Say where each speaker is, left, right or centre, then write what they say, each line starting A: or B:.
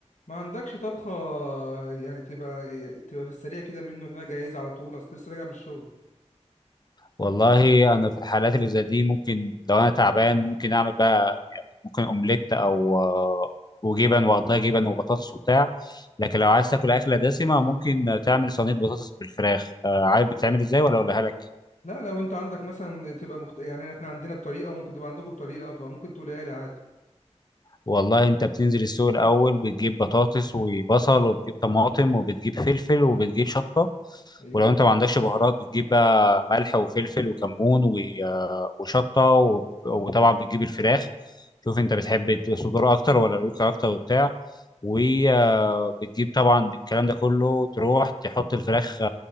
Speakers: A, on the left; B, on the left.
A: ما عندكش طبخة يعني تبقى تبقى في السريع كده منه انها جاهزة على طول اصل لسه راجع من الشغل
B: والله انا في الحالات اللي زي دي ممكن لو انا تعبان ممكن اعمل بقى يعني ممكن اومليت او آه، وجبن واقضيها جبن وبطاطس وبتاع لكن لو عايز تاكل اكله دسمه ممكن تعمل صينيه بطاطس بالفراخ آه، عارف بتتعمل ازاي ولا اقولها لك
A: لا لو انت عندك مثلا تبقى مخت... يعني احنا عندنا بطريقة ممكن تبقى عندكم بطريقة فممكن تقولها لي عادي
B: والله انت بتنزل السوق الاول بتجيب بطاطس وبصل وبتجيب طماطم وبتجيب فلفل وبتجيب شطه
A: ايوه
B: ولو انت ما عندكش بهارات بتجيب بقى ملح وفلفل وكمون و- آه، وشطه وب- وطبعا بتجيب الفراخ شوف انت بتحب الت- صدور اكتر ولا الورك اكتر وبتاع وبتجيب طبعا الكلام ده كله تروح تحط الفراخ